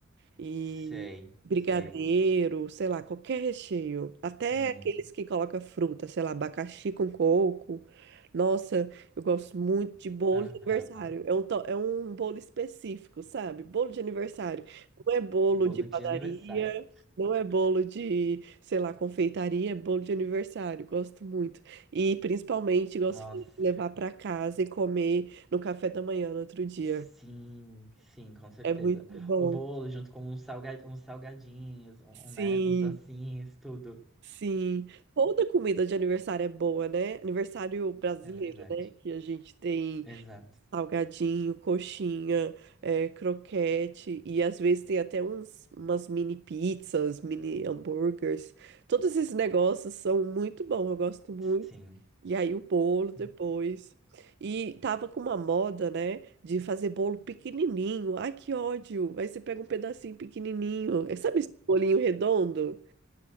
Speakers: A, on the right (about 55°); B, in the centre.
A: e
B: sei,
A: brigadeiro,
B: sei.
A: sei lá, qualquer recheio. Até
B: Hum,
A: aqueles que colocam fruta, sei lá, abacaxi com coco. Nossa, eu gosto muito de bolo
B: aham.
A: de aniversário. É um, to- é um bolo específico, sabe? Bolo de aniversário. Não é bolo
B: Bolo
A: de padaria,
B: de aniversário.
A: não é bolo de, sei lá, confeitaria, é bolo de aniversário. Gosto muito. E principalmente gosto
B: Nossa,
A: de levar para casa e comer no café da manhã no outro dia.
B: sim, sim, com certeza.
A: É muito bom.
B: O bolo junto com uns salga- uns salgadinhos, um,
A: Sim.
B: um, né, uns docinhos, tudo.
A: Sim, toda comida de aniversário é boa, né? Aniversário brasileiro,
B: É verdade.
A: né? Que a gente tem
B: Exato.
A: salgadinho, coxinha, é, croquete e às vezes tem até uns, umas mini pizzas, mini hambúrgueres. Todos esses negócios são muito bons, eu gosto muito.
B: Sim.
A: E aí o bolo depois.
B: <laughs>
A: E tava com uma moda, né? De fazer bolo pequenininho. Ai, que ódio! Aí você pega um pedacinho pequenininho. Sabe esse bolinho redondo?